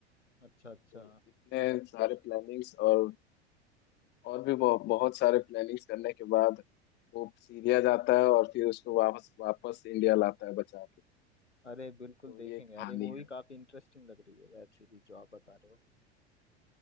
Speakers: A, on the left; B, on the left.
A: अच्छा अच्छा
B: तो इतने सारे प्लानिंग्स और और भी बहुत, बहुत सारे प्लानिंग्स करने के बाद वो सीरिया जाता है और फिर उसको वापस वापस इंडिया लाता है बचा के
A: अरे बिल्कुल
B: तो
A: देखेंगे
B: ये कहानी
A: यार ये मूवी
B: है
A: काफी इंटरेस्टिंग लग रही है वेब सीरीज जो आप बता रहे हो